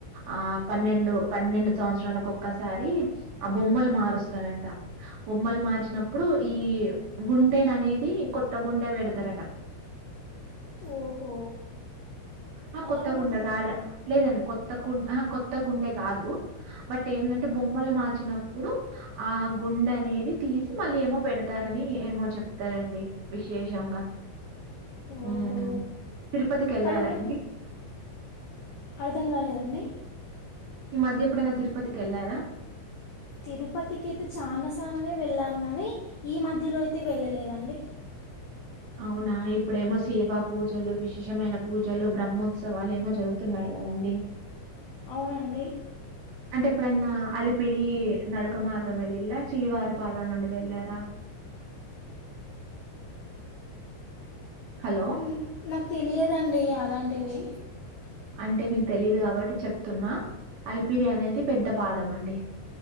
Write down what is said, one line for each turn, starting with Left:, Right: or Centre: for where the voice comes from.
Right: ఆ పన్నెండు పన్నెండు సంవత్సరాలకు ఒక్కసారి ఆ బొమ్మలు మారుస్తారంట బొమ్మలు మార్చినప్పుడు ఈ గుండెను అనేది కొత్త గుండె పెడతారట
Left: ఓహో
Right: ఆ
Left: అలా
Right: కొత్త
Left: కూడా
Right: గుండ
Left: ఉంటారు
Right: గడ లేదండి కొత్త కొత్త కు ఆహా కొత్త గుండె కాదు బట్ ఏందంటే బొమ్మలు మార్చినప్పుడు ఆ గుండె అనేది తీసి మళ్ళీ ఏమో పెడతారని ఏమో చెపారండి విశేషంగా హ్మ్
Left: ఓహో
Right: తిరుపతికెళ్ళారా
Left: అక్కడ కూడా
Right: అండి?
Left: అర్థం కాలేదండి
Right: ఈ మధ్య ఎప్పుడైన్న తిరుపతికి వెళ్ళారా
Left: తిరుపతికి అయితే చాలాసార్లు వెళ్ళాము కానీ ఈ మధ్యలో అయితే వెళ్ళలేదండి
Right: అవునా ఇప్పుడేమో సేవా పూజలు విశేషమైన పూజలు బ్రహ్మోత్సవాలుేమో జరుగుతున్నాయి కదండి
Left: అవునండి
Right: అంటే ఎప్పుడన్నా అలిపిరి నడుక మార్గం వెళ్ళిలా శ్రీవారి పాదాల నుండి వెళ్ళారా హలో
Left: ఓమ్ నాకు తెలియదండి అలాం టివే
Right: అంటే మీకు తెలిదు కాబట్టి చెప్తున్నా అలిపిరి అనేది పెద్ద పాదం అండి